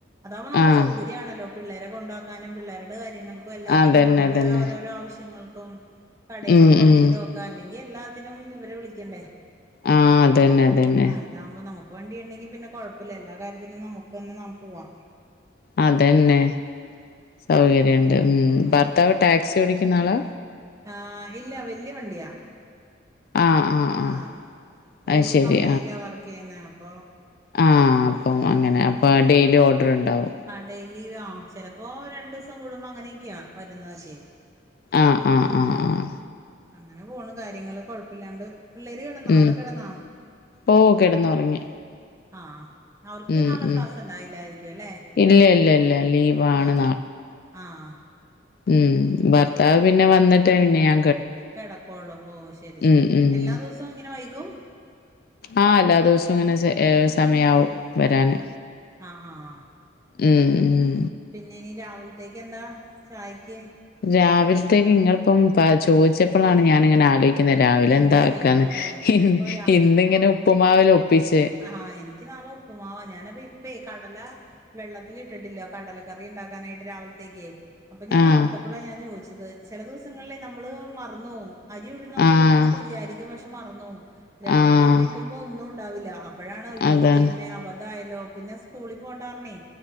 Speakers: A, on the right; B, on the left.
A: അതാവുമ്പോ നമക്ക്
B: ആഹ്
A: സകര്യവാണല്ലോ പിള്ളേരെ കൊണ്ടാക്കാനും പിള്ളേരുടെ കാര്യങ്ങൾ ക്കും എല്ലാത്തിനും
B: അതന്നെ
A: നമ്മുടെ
B: അതന്നെ
A: ഓരോരോ ആവശ്യങ്ങൾക്കും കടേല്
B: ഉം
A: പോണങ്കിലോ
B: ഉം
A: ക്ക അല്ലെങ്കിൽ എല്ലാത്തിനും ഇവരെ വിളിക്കണ്ടേ
B: ആഹ് അതന്നെ. അതന്നെ
A: ആഹ് ഇതാവുമ്പോ നമുക്ക് വണ്ടി ഉണ്ടെങ്കി പിന്നെ കുഴപ്പമില്ല എല്ലാ കാര്യത്തിനും നമുക്ക് തന്നെ ന്നപോവാം
B: അതന്നെ സൗകര്യണ്ട് ഉും
A: ഉം
B: ഭർത്താവ് ടാക്സി ഓടിക്കുന്നാളാ?
A: ആഹാ ഇല്ല വല്യവണ്ടിയാ
B: ആഹ് ആഹ് ആഹ്
A: ആഹാ ഒരു
B: അത് ശരി
A: കമ്പനിയിലാ വർക്ക് ചെയ്യുന്നേ അപ്പൊ
B: ആഹാ അപ്പം
A: ഉം
B: അങ്ങനെ അപ്പ ഡെയിലി ഓർഡർ ഉണ്ടാവും.
A: ഡെയിലീ ആഹ. ചിലപ്പോ രണ്ടുസം കൂടുമ്പോ അങ്ങനെക്കെയാ വരുന്നതൊക്കെ.
B: ആഹ് ആഹ്
A: ഹും
B: ആഹ് ആഹ്
A: അങ്ങനെപോണ്കാര്യങ്ങള് കൊഴപ്പില്ലാണ്ട്. പിള്ളേര് കെടന്നാ
B: ഉം
A: അവടെ കെടന്നാ
B: ഓ കിടന്നുറങ്ങി
A: ആഹ് അവർക്ക്
B: ഉം
A: നാളെ
B: ഉം
A: ക്ലാസ് ഉണ്ടാല്ലായിരിക്കും അല്ലേ?
B: ഇല്ല ഇല്ല ഇല്ല ലീവാണ്
A: ആഹാ ആഹാ
B: ഉും ഭർത്താവ് പിന്നെ വന്നിട്ട് പിന്നെയാ
A: കെടക്കോള്ളൂ ഓ ശെരി ശെരി.
B: ഉം ഉം
A: എല്ലാ ദിവസവും ഇങ്ങനെ വൈകും.
B: ആഹാ എല്ലാ ദിവുസംങ്ങനെ സമയാവും വരാന്
A: ആഹ ആഹാ
B: ഉം ഉം
A: പിന്നെനിരാവിൽത്തേക്കെന്താ ചായയ്ക്ക്‌
B: രാവിൽത്തേക് ഇങ്ങളിപ്പം പാ ചോയിച്ചപ്പളാണ് ഞാനിങ്ങനെ ആലോയ് ന്ന് രാവിലെ
A: എന്ത്
B: എന്താക്കാന്ന്
A: ചെയ്യണോന്നല്ലേ
B: ഇന്ന്
A: ഇപ്പൊ
B: ഇന്നിങ്ങനെ ഉപ്പുമാവില് ഒപ്പിച്ച്
A: ആഹാ എനിക്ക് നാളെ ഉപ്പുമാവാ. ഞാനെപി പ്പേ കടല വെള്ളത്തിലിട്ടിട്ടില്ല കടലക്കറി ഉണ്ടാക്കാനായിട്ട് രാവിൽത്തേക്ക്‌ അപ്പൊ ഞാൻ
B: ആഹ്
A: ഓർത്തപ്പോള ഞാൻ ചോയിച്ചത് ചില ദിവസങ്ങളിലിൽ നമ്മള് മറന്നോവും അരി ഉഴുന്ന് ഒക്കിടണന്നൊക്കെ
B: ആഹ്
A: വിചാരിക്കും. പക്ഷെ മറന്നോവും. രാവിലെ
B: ആഹ്
A: എഴുന്നേക്കുമ്പോ ഒന്നുണ്ടാവില്ല. അപ്പോഴാണ് അയ്യോ
B: അതാണ്
A: ദൈവമേ അബദ്ധായല്ലോ? പിന്നെ സ്കൂളിൽ പോണ്ടാർണേ